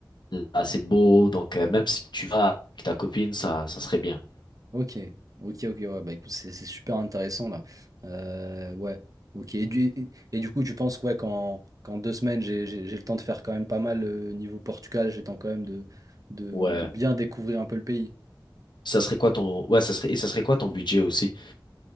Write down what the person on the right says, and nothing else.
Ok, ok, ok, ouais, bah écoute, c'est c'est super intéressant là. Euh, ouais, ok. Et du, et et du coup, tu penses quoi qu'en qu'en deux semaines, j'ai j'ai- j'ai le temps de faire quand même pas mal euh, niveau Portugal, j'ai le temps quand même de, de,
de bien découvrir un peu le pays.